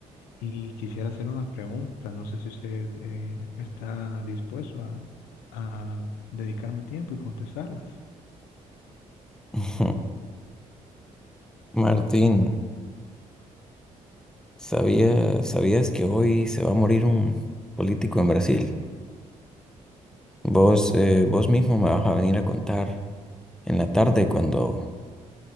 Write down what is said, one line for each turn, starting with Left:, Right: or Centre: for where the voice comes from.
Left: y quisiera hacer unas preguntas. No sé si usted eh, está dispuesto a, a dedicarme tiempo y contestarlas.
Centre: Ujú. Martín, ¿sabía- ¿sabías que hoy se va a morir un político en Brasil? Vos, eh, vos mismo me vas a venir a contar en la tarde cuando,